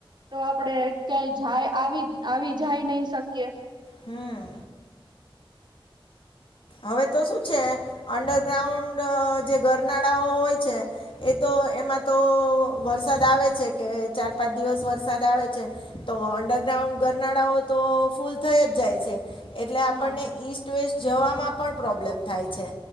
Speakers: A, on the right (about 55°); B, on the left (about 70°).
A: તો આપડે ક્યાંય જાય આવી આવી જાય નહી, શકીએ?
B: હમ્મ હવે તો શું છે, અંડરગ્રાઉન્ડ જે ગરનાળાઓ હોય છે, એ તો એમાં તો વરસાદ આવે છે કે ચાર પાંચ દિવસ વરસાદ આવે છે, તો અંડર ગ્રાઉન્ડ ગરનાળા, હો તો ફૂલ થઈ જ જાય છે. એટલે આપણને
A: હા
B: ઈસ્ટ વેસ્ટ જવામાં પણ પ્રોબ્લેમ થાય છે.